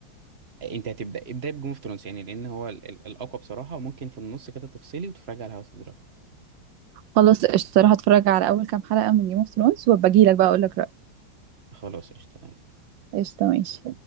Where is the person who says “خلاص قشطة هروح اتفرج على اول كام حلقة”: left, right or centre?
Right